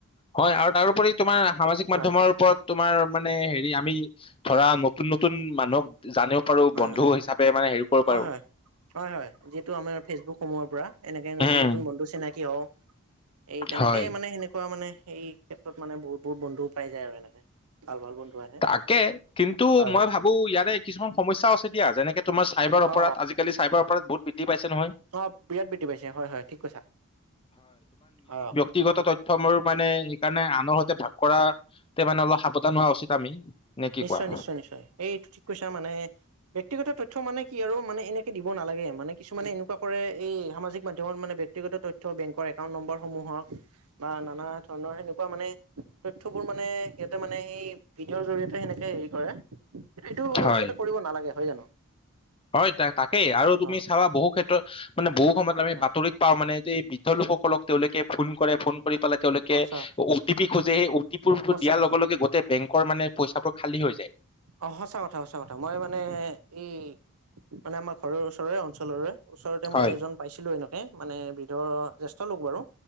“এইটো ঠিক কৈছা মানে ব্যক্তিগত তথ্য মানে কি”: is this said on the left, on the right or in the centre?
Right